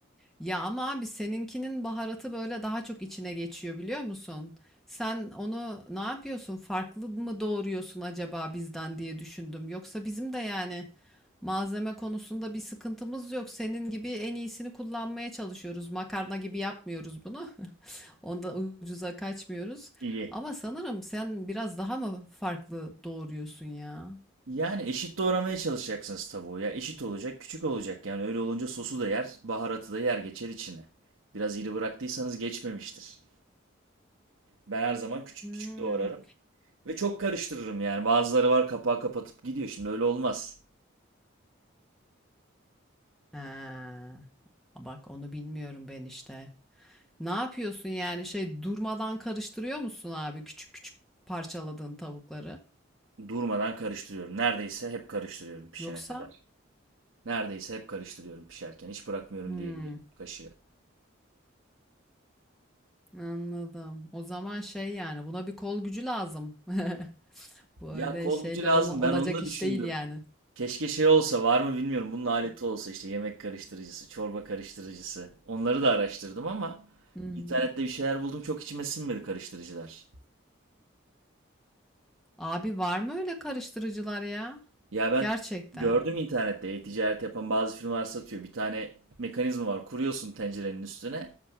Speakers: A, in the centre; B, on the right.
A: Ya ama abi seninkinin baharatı böyle daha çok içine geçiyor biliyor musun? Sen onu ne yapıyorsun? Farklı mı doğuruyorsun acaba bizden diye düşündüm. Yoksa bizim de yani malzeme konusunda bir sıkıntımız yok. Senin gibi en iyisini kullanmaya çalışıyoruz. Makarna gibi yapmıyoruz bunu. <laughs> Onda ucuza kaçmıyoruz.
B: İyi.
A: Ama sanırım sen biraz daha mı farklı doğuruyorsun ya?
B: Yani eşit doğramaya çalışacaksınız tavuğu ya. Eşit olacak, küçük olacak. Yani öyle olunca sosu da yer, baharatı da yer geçer içine. Biraz iri bıraktıysanız geçmemiştir. Ben her zaman küçük
A: Hmm.
B: küçük doğrarım. Ve çok karıştırırım yani. Bazıları var kapağı kapatıp gidiyor. Şimdi öyle olmaz.
A: Ha, bak onu bilmiyorum ben işte. Ne yapıyorsun yani şey durmadan karıştırıyor musun abi küçük küçük parçaladığın tavukları?
B: Durmadan karıştırıyorum. Neredeyse hep karıştırıyorum pişene
A: Yoksa?
B: kadar. Neredeyse hep karıştırıyorum pişerken. Hiç bırakmıyorum
A: Hmm,
B: diyebilirim kaşığı.
A: anladım. O zaman şey yani buna bir kol gücü lazım. <laughs> Bu
B: Ya
A: öyle
B: kol
A: şeyle
B: gücü lazım.
A: olma, olacak
B: Ben onu da
A: iş
B: düşündüm.
A: değil yani.
B: Keşke şey olsa var mı bilmiyorum. Bunun aleti olsa işte yemek karıştırıcısı, çorba karıştırıcısı. Onları da araştırdım ama
A: Hmm.
B: internette bir şeyler buldum çok içime sinmedi karıştırıcılar.
A: Abi var mı öyle karıştırıcılar ya?
B: Ya ben
A: Gerçekten.
B: gördüm internette e-ticaret yapan bazı firmalar satıyor. Bir tane mekanizma var. Kuruyorsun tencerenin üstüne.